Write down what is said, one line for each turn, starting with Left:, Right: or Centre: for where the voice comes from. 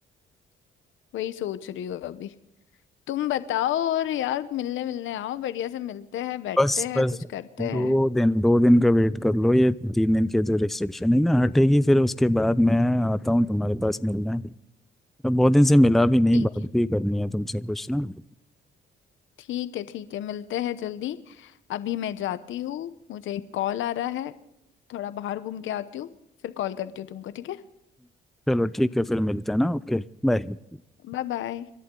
Left: वही सोच रही हूँ अभी तुम बताओ और यार मिलने मिलने आओ बढ़िया से मिलते हैं बैठते
Centre: बस
Left: हैं
Centre: बस
Left: कुछ करते हैं
Centre: दो दिन दो दिन का वेट कर लो ये तीन दिन की जो रिस्ट्रिक्शन है ना हटेगी फिर उसके बाद मैं आता हूँ तुम्हारे पास मिलना है मैं बहुत दिन से मिला भी नहीं
Left: ठीक
Centre: बात
Left: है
Centre: भी करनी है तुमसे कुछ ना हम्म,
Left: ठीक है ठीक है मिलते हैं जल्दी अभी मैं जाती हूँ मुझे एक कॉल आ रहा है थोड़ा बाहर घूम के आती हूँ फिर कॉल करती हूँ तुमको ठीक है
Centre: चलो ठीक है फिर मिलते हैं ना ओके बाय
Left: Bye bye